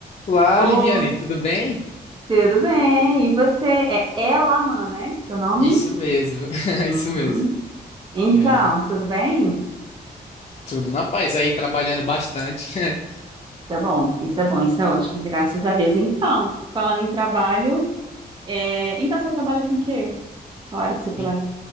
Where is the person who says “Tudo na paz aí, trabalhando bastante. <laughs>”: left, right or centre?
Left